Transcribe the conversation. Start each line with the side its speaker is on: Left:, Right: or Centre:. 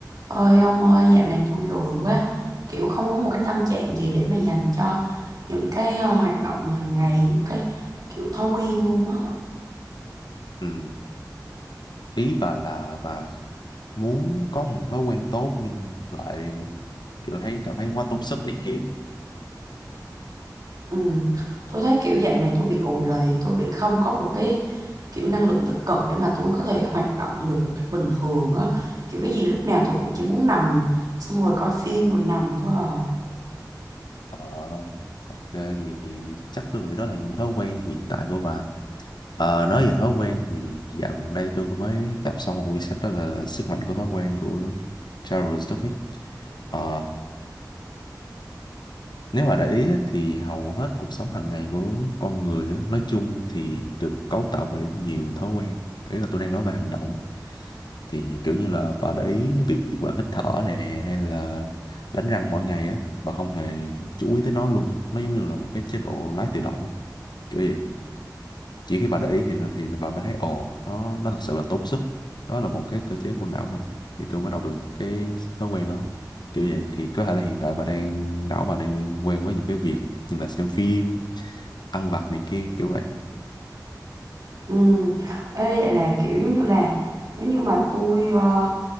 Right: Ơi ông ơi, dạo này tôi lười quá, kiểu không có một cái tâm trạng gì để mà dành cho những cái ờ, hoạt động hàng ngày, những cái kiểu thói quen luôn á.
Left: Ừ. Ý bà là bà muốn có những thói quen tốt nhưng lại kiểu thấy cảm thấy quá tốn sức này kia.
Right: Ừ. Tôi thấy kiểu dạo này tôi bị ù lì, tôi bị không có một cái kiểu năng lượng tích cực để mà tôi có thể hoạt động được một cách bình thường á. Kiểu cái gì lúc nào tôi cũng chỉ muốn nằm, xong rồi coi phim rồi nằm thôi à.
Left: Ờ, ok, vậy thì chắc tôi nghĩ đó là những thói quen hiện tại của bà. Ờ, nói về thói quen thì dạo gần đây tôi có mới đọc xong một quyển sách đó là Sức mạnh của thói quen của Charles Duhigg. Ờ, Nếu mà để ý á, thì hầu hết cuộc sống hàng ngày của con người á, nói chung thì được cấu tạo bởi nhiều thói quen. Ý là tôi đang nói về hành động. Thì kiểu như là bà để ý việc bà hít thở nè hay là đánh răng mỗi ngày á, bà không hề chú ý tới nó luôn. Nó giống như là một cái chế độ lái tự động á, kiểu vậy chỉ khi bà để ý thì thì bà mới thấy ồ nó nó thật sự là tốn sức đó là một cái cơ chế của não mình thì tôi mới đọc được cái thói quen đó kiểu vậy thì có thể là hiện tại bà đang não bà đang quen với những cái việc như là xem phim ăn vặt này kia kiểu vậy
Right: Ừ. Ê, vậy là kiểu giống như là nếu như mà tôi ờ,